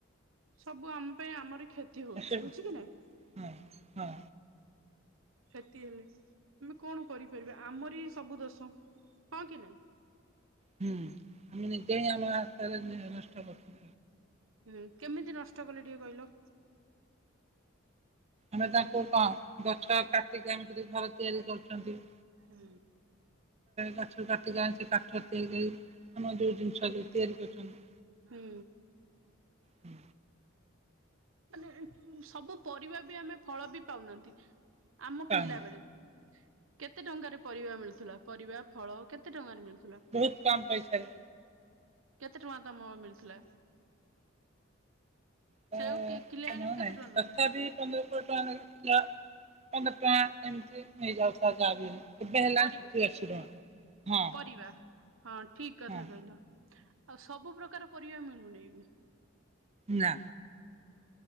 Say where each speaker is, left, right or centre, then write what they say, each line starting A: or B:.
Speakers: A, on the right (about 80°); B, on the right (about 30°).
A: ସବୁ ଆମ ପାଇଁ ଆମରି କ୍ଷତି ହଉଛି,
B: ସେ
A: ହଉଚି କି ନାଇଁ?
B: ହଁ ହଁ
A: କ୍ଷତି ହେଲେ ଆମେ କଣ କରିପାରିବା, ଆମରି ସବୁ ଦୋଷ। ହଁ କି ନାଇଁ?
B: ହୁଁ ଆମେ ନିଜେ ହିଂ, ଆମ <unintelligible> ନଷ୍ଟ କରୁ।
A: ହୁଁ, କେମିତି ନଷ୍ଟ କଲେ ଟିକେ କହିଲ?
B: ଆମେ ତାଙ୍କୁ କଣ ଗଛ କାଟିକି ଆମେ ଯଦି ଘର ତିଆରି କରୁଛନ୍ତି
A: ହୁଁ।
B: ଗଛକୁ କାଟିକି ଆଣିଚି କାଠ ତିଆରି କରି ଆମର ଯାଉ ଜିନିଷ ଯାଉ ତିଆରି କରିଛନ୍ତି।
A: ହଁ।
B: ହୁଁ।
A: ମାନେ ସବୁ ପରିବା ବି ଆମେ ଫଳ ବି ପାଉନାହାନ୍ତି। ଆମ
B: ପାଉନା
A: ପିଲାବେଳେ କେତେ ଟଙ୍କାରେ ପରିବା ମିଳୁଥିଲା? ପରିବା, ଫଳ କେତେ ଟଙ୍କାରେ ମିଳୁଛି?
B: ବହୁତ କମ୍ ପଇସାରେ।
A: କେତେ ଟଙ୍କା ତମ ମିଳିଥିଲା?
B: ତ
A: ସେଉ କିଲେ ଆଣିବୁ କେତେ
B: ନାହିଁ,
A: ଟଙ୍କା ନଉଥିଲା
B: ତଥା ବି ପନ୍ଦର କୋଡିଏ ଟଙ୍କା ଲାଗିଥିଲା, ପନ୍ଦର ଟଙ୍କା ଏମତି ନେଇଯାଉଥିବ, ଯାହାବି ହେଲେ ଏବେ ହେଲାଣି,
A: ପରିବା
B: ସତୁରୀ ଅଶୀ ଟଙ୍କା, ହଁ।
A: ପରିବା ହଁ, ଠିକ୍ କଥା
B: ହଁ
A: କହିଲ। ଆଉ, ସବୁ ପ୍ରକାର ପରିବା ମିଳୁନି।
B: ନା।